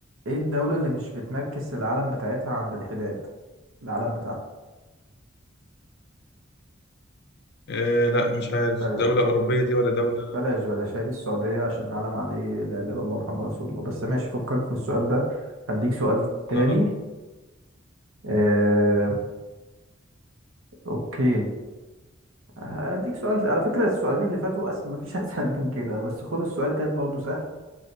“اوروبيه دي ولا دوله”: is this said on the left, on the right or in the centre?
Left